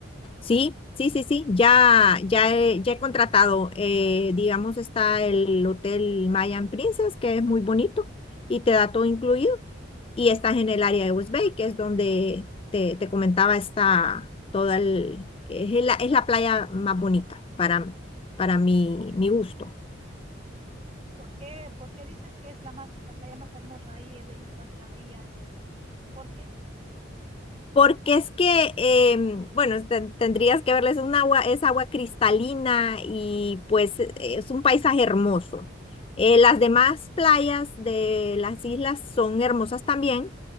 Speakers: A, on the left; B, on the right.
A: Sí, sí, sí, sí, ya, ya he, ya he contratado, eh, digamos, está el Hotel Mayan Princess, que es muy bonito y te da todo incluido, y estás en el área de West Bay, que es donde te, te comentaba, está toda el, es la, es la playa más bonita para, para mi, mi gusto.
B: ¿Por qué, por qué dices que es la más, la playa más hermosa ahí de Islas de la Bahía es esa? ¿Por qué?
A: Porque es que, em, bueno, ten- tendrías que verles un agua, es agua cristalina y pues e- e, es un paisaje hermoso. Eh, las demás playas de las islas son hermosas también